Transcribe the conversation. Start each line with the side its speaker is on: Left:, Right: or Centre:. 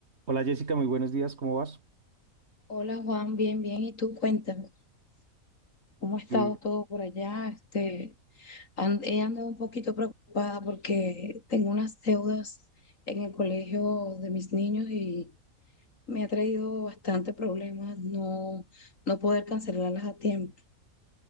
Right: Hola Jessica, muy buenos días, ¿cómo vas?
Left: Hola Juan, bien, bien. ¿Y tú cuéntame? ¿Cómo ha estado
Right: Sí,
Left: todo por allá? Este, an- he andado un poquito preocupada porque tengo unas deudas en el colegio de mis niños y me ha traído bastante problemas no, no poder cancelarlas a tiempo.